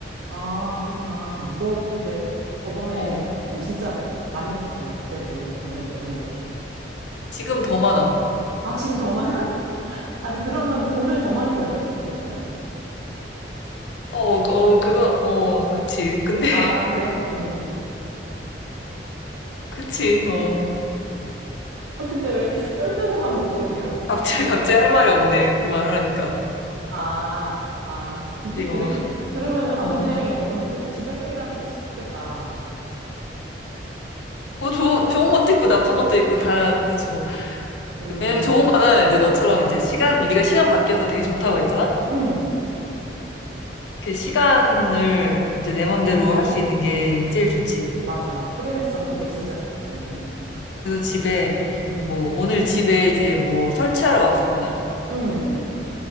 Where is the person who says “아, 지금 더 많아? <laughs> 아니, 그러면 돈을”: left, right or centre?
Right